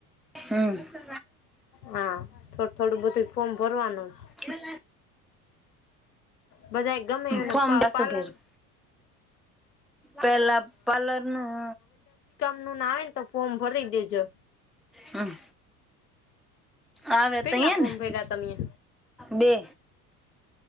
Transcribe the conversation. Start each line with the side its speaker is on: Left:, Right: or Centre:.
Centre: હમ.
Left: હા થોડ થોડું બધું ફોર્મ ભરવાનું.
Centre: <inaudible>
Left: બધા ગમે અને
Centre: ફોમ પાછું
Left: પાલન
Centre: ભેરું પેલા પાલરનું
Left: નુ આવે ને તો ફોર્મ ભરી દેજો.
Centre: હમ. આવે
Left: કેટલા
Centre: તય એને.
Left: ફોર્મ ભર્યા તમે
Centre: બે.